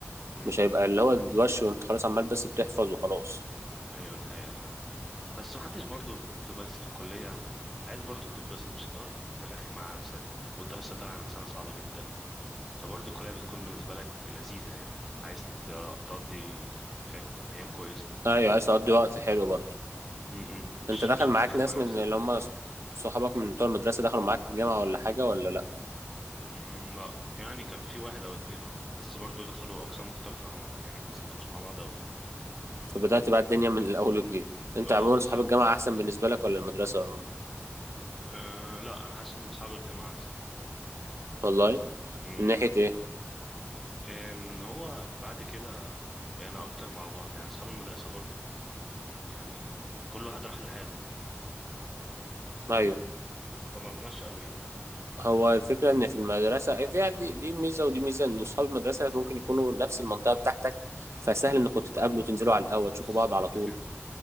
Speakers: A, in the centre; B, on the right.
A: امم
B: مش هيبقى اللي هو الوش وانت خلاص عمال بس بتحفظ وخلاص
A: <laughs> ايوه ده حقيقة فعلا بس محدش برضو بتبقى لسه في الكلية عايز برضو تتبسط مش هتقعد ترخم على نفسك وانت لسه طالع من سنة صعبة جدا فبرضو الكلية بتكون بالنسبة لك لذيذة يعني عايز ت- تقضي فاهم أيام كويسة
B: ايوه عايز تقضي وقت حلو برضه
A: م -م. مش
B: انت دخل
A: مش
B: معاك
A: هترخم
B: ناس
A: على
B: من
A: نفسك
B: اللي هم صح- صحابك من بتوع المدرسه دخلوا معاك الجامعه ولا حاجه ولا لا
A: مم، لا يعني كان في واحد او اتنين اه بس برضو دخلوا اقسام مختلفه ما يعني بس ما كناش مع بعض اوي
B: فبدات بقى الدنيا من الاول وجديد انت
A: اه
B: عموما
A: بالظبط
B: صحاب الجامعه احسن بالنسبه لك ولا المدرسه
A: آه لا انا حاسس ان اصحاب الجامعه احسن
B: والله
A: مم.
B: من ناحيه ايه
A: ان هو بعد كده بقينا اكتر مع بعض يعني اصحاب المدرسه برضو يعني كل واحد راح لحاله
B: ايوه
A: مم، ما استمرناش قوي يعني فاهم
B: هو الفكرة إن في المدرسة إيه، فيها دي, دي ميزة ودي ميزة إن أصحاب المدرسة ممكن يكونوا نفس المنطقة بتاعتك فسهل
A: مم،
B: إنكم تتقابلوا تنزلوا على القهوة تشوفوا
A: بالظبط
B: بعض على طول
A: كده